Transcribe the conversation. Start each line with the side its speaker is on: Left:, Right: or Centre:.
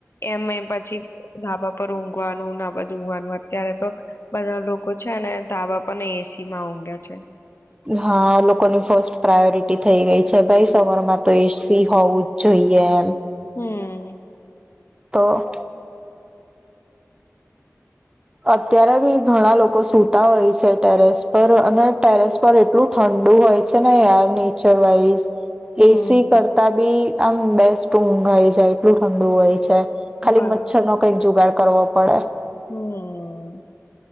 Left: એમ એ પછી ધાબા પર ઊંઘવાનું ના બધું ઊવાનું અત્યારે તો બધા લોકો છે ને ધાબા પર ને એસી માં ઊંઘે છે.
Right: હા લોકોની ફર્સ્ટ પ્રાયોરિટી થઈ ગઈ છે ગાઇસ સમરમાં તો એજ ઈ હોવું જ જોઈએ એમ
Left: હમ.
Right: તો. અત્યારે બી ઘણા લોકો સુતા હોય છે ટેરેસ પર અને ટેરેસ પર એટલું ઠંડુ હોય છે યાર નેચર વાઇસ
Left: હમ્મ
Right: એસી કરતા બી આમ બેસ્ટ ઊંઘાઈ જાય એટલું ઠંડુ હોય છે. ખાલી
Left: બર
Right: માછરનો કઈ જુગાડ કરવો પડે.
Left: હમ્મ